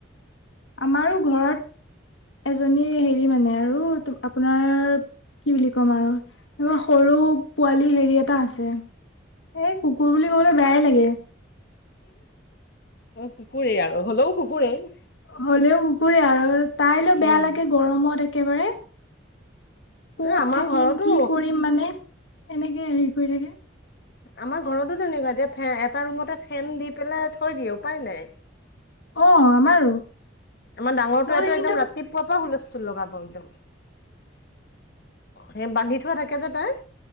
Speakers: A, on the left (about 75°); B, on the left (about 55°).
A: আমাৰো ঘৰত এজনী হেৰি মানে আৰু আপোনাৰ কি বুলি ক'ম আৰু সৰু পোৱালি হেৰি এটা আছে এ কুকুৰ বুলি কবলে বেয়াই লাগে
B: কুকুৰে আৰু হ'লও কুকুৰেই
A: হ'লেও কুকুৰে আৰু তাইলৈ বেয়া
B: উম
A: লাগে গৰমত একেবাৰে কত
B: এ আমাৰ
A: থাকিম
B: ঘৰতো
A: কি কৰিম মানে এনেকে হেৰি কৰি থাকে
B: আমাৰ ঘৰতো তেনেকুৱা এতিয়া এটা ৰুমতে ফেন দি পেলাই থৈ দিয়ে উপায় নাই
A: অ আমাৰো
B: আমাৰ ডাঙৰটোৱেটো
A: নহ'লে
B: একদম
A: কিন্তু
B: ৰাত ৰাতিপুৱাৰ পৰা হুলস্থুল লগাব একদম সেই বান্ধি থোৱা থাকে যে তাই